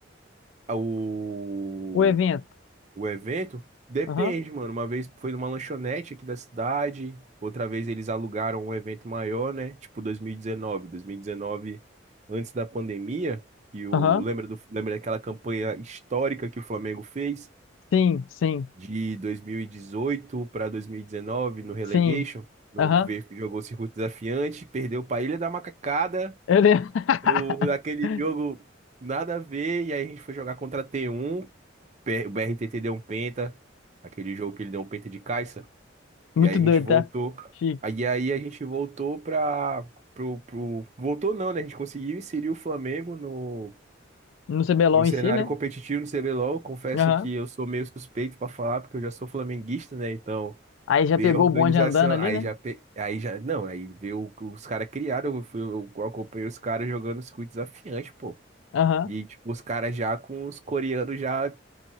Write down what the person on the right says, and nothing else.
O.
O evento? Depende,
mano. Uma vez foi numa lanchonete aqui da cidade, outra vez eles alugaram um evento maior, né? Tipo dois dois mil mil e dezenove. dois mil e 2019, antes da pandemia, que o.
Lembra do... Lembra daquela campanha histórica que o Flamengo fez?
De 2018 para 2019, no Relegation?
No
ver jogou circuito desafiante, perdeu para Ilha da Macacada
do, daquele
jogo nada a ver. E aí a gente foi jogar contra a T1. P- O BRTT deu um penta. Aquele jogo que ele deu um penta de caixa.
E aí a
gente voltou.
Aí, aí a gente voltou pra. Pro, pro... Voltou não, né? A gente conseguiu inserir o Flamengo no,
no cenário
competitivo no CBLOL. Confesso
que eu sou meio suspeito pra falar, porque eu já sou flamenguista, né? Então,
ver
a organização.
Aí
já. pe- Aí já. Não, aí ver o- os caras criaram. Eu, fui- eu acompanhei os caras jogando circuito desafiante, pô.
E, tipo, os caras já com os coreanos já